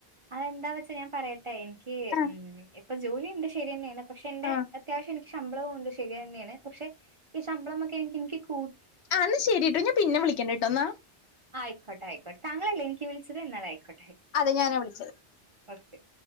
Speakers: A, on the right; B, on the left.
A: അതെന്താ വെച്ച ഞാൻ പറയട്ടെ എനിക്ക്
B: ആഹ്
A: ഉം ഇപ്പൊ ജോലിണ്ട് ശരിയെന്നേണ് പക്ഷെ എന്റെ
B: ആഹ്
A: അത്യാവശ്യം എനിക്ക് ശമ്പളവും ഉണ്ട് ശരിയെന്നേണ് പക്ഷെ ഈ ശമ്പളമൊക്കെ എൻക്ക് എൻക് കൂ
B: ആഹ് ഇന്ന ശരീട്ടൊ ഞാൻ പിന്നെ വിളിക്കണ്ട്ട്ടൊ ഇന്നാ
A: ആയിക്കോട്ടെ ആയിക്കോട്ടെ താങ്കളല്ലെ എനിക്ക് വിളിച്ചത് എന്നാലായിക്കോ
B: അതെ ഞാനാ വിളിച്ചത്
A: ഒക്കെ